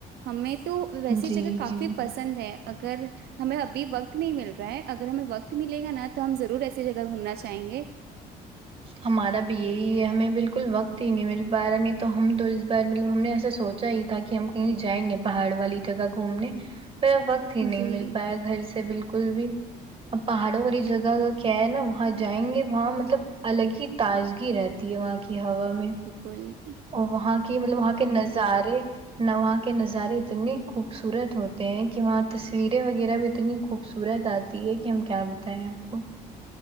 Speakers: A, on the right; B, on the right.
A: ہمیں تو ویسی
B: جی
A: جگہ کافی
B: جی
A: پسند ہے اگر ہمیں ابھی وقت نہیں مل رہا ہے اگر ہمیں وقت ملے گا نا تو ہم ضرور ایسی جگہ گھومنا چاہیں گے
B: ہمارا بھی یہی ہے ہمیں بالکل وقت ہی نہیں مل پا رہا نہیں تو ہم تو اس بار مطلب ہم نے ایسا سوچ چاہی تھا کہ ہم کہیں جائیں گے پہاڑ والی جگہ گھومنے پھر وقت ہی نہیں
A: جی
B: مل پایا گھر سے بلک بالکل بھی اب پہاڑوں والی جگہ کا کیا ہے نا وہاں جائیں گے وہاں مط طلب الگ ہی تازگی رہتی ہے وہاں کی ہوا میں
A: کل
B: وہاں کی مطلب وہاں کے نظارے وہاں کے نظارے اتنے خوبصورت ہوتے ہیں کہ وہاں تصویریں وغیرہ بھی اتنی خوبصورت آتے ہے کہ ہم کیا بتائیں آپ کو